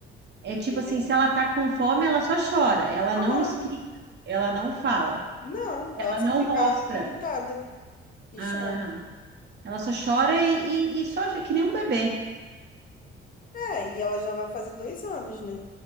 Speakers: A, on the right; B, on the left.
A: É
B: Entendeu?
A: tipo assim, se ela tá com fome, ela só chora. Ela
B: Aham.
A: não explica, ela não fala,
B: Não,
A: ela
B: ela só
A: não
B: fica
A: mostra.
B: irritada e
A: Aham.
B: chora.
A: Ela só chora e, e, e só que nem um bebê.
B: É, e ela já vai fazer dois anos, né?